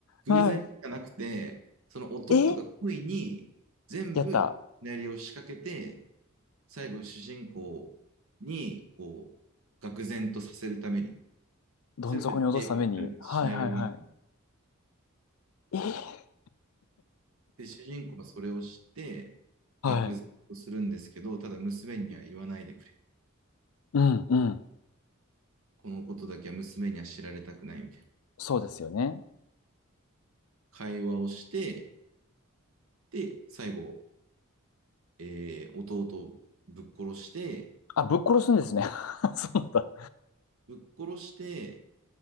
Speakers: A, on the right (about 70°); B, on the left (about 80°).
A: 偶然じゃなくて、
B: は
A: その弟が恋に全部シナリオを仕掛けて、
B: い。えやった。
A: 最後主人公にこう、愕然とさせるために、
B: どん底に落とすために。
A: 全て計画されたシナリオがあっ
B: はいはいはい。えー
A: て、主人公はそれを知って、
B: はい。
A: 愕然とするんですけど、ただ娘には言わないでくれ。
B: うんうん。
A: このことだけは娘には知られたくないみたいな
B: そうですよね。
A: 会話をして、で、最後、えー弟をぶっ殺して、
B: あ、ぶっ殺すんですね。<laughs> そうだ。
A: ぶっ殺して、